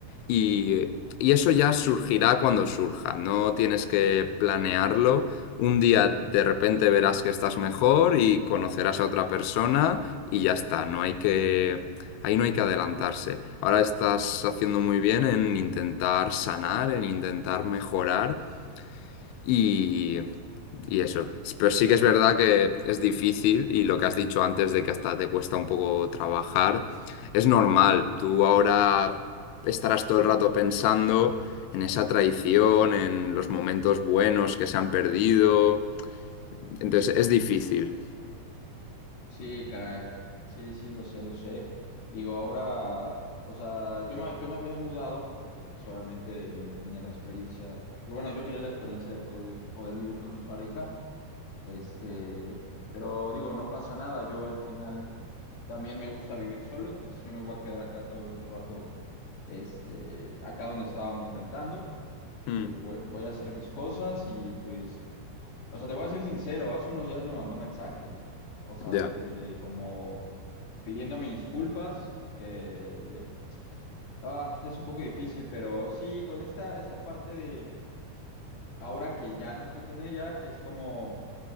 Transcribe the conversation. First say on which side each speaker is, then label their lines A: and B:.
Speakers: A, on the left; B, on the left.
A: Y, y eso ya surgirá cuando surja, no tienes que planearlo. Un día de repente verás que estás mejor y conocerás a otra persona y ya está, no hay que, ahí no hay que adelantarse. Ahora estás haciendo muy bien en intentar sanar, en intentar mejorar y, y eso. Pero sí que es verdad que es difícil y lo que has dicho antes de que hasta te cuesta un poco trabajar, es normal. Tú ahora estarás todo el rato pensando en esa traición, en los momentos buenos que se han perdido. Entonces es difícil.
B: Sí, caray. Sí, sí, lo sé, lo sé. Digo, ahora, o sea, yo me, yo me había mudado porque pues obviamente yo tenía la experiencia, yo bueno, yo quería la experiencia de poder, poder vivir con mi pareja. Este, pero digo, no pasa nada. Yo al final también me gusta vivir solo, entonces yo me voy a quedar acá todavía otro rato, este, acá donde estábamos rentando.
A: Mm,
B: Eh, voy, voy a hacer mis cosas y pues, o sea, te voy a ser sincero, hace unos días me mandó mensaje, o sea,
A: ya.
B: de que eh, como pidiéndome disculpas, que ah, es un poco difícil, pero sí, con esta, esta parte de ahora que ya no estoy con ella, es como